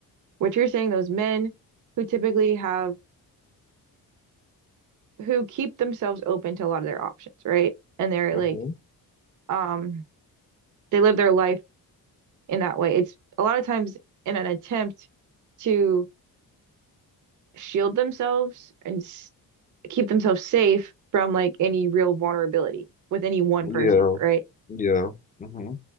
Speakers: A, on the right; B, on the left.
A: what you're saying, those men who typically have who keep themselves open to a lot of their options, right? And they're
B: mhm.
A: like, um, they live their life in that way. It's a lot of times in an attempt to shield themselves and s- keep themselves safe from like any real vulnerability with any one person,
B: Yeah,
A: right?
B: yeah. hmm